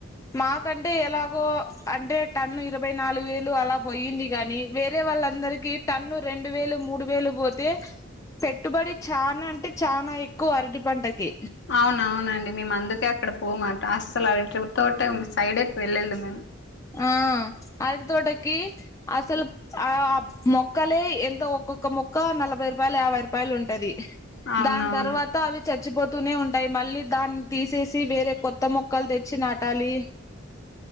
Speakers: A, on the left; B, on the left.
A: మాకంటే ఎలాగో అంటే టన్ను ఇరవై నాలుగు వేలు అలా పోయింది గనీ వేరే వాళ్ళందరికి టన్ను రెండు వేలు, మూడు వేలు పోతే పెట్టుబడి చానా అంటే చానా ఎక్కువ అరటి పంటకి
B: అవునవునండి మేము అందుకే అక్కడ పొము అటు అస్సలు అరటి తోటే సైడే వెళ్ళలేదు మేము
A: ఆ అరటి తోటకి అసలు ఆ మొక్కలే ఎంతో ఒక్కొక్క మొక్క నలభై రూపాయలు, యాభై రూపాయలు ఉంటది
B: అవునవును
A: దాని తర్వాత త్త అవి చచ్చిపోతూనే ఉంటాయ్ మళ్ళీ దాన్ని తీసేసి వేరే కొత్త మొక్కలు తెచ్చి నాటాలి.
B: ఓ